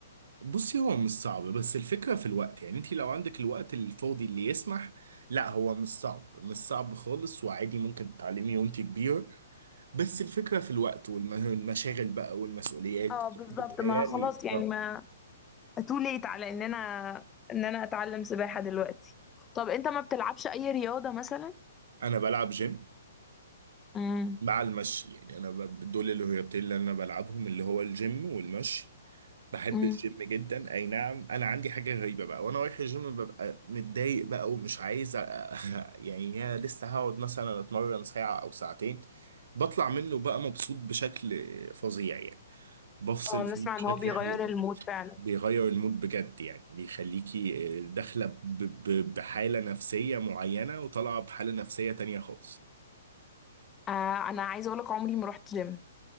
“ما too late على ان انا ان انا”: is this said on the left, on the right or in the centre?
Left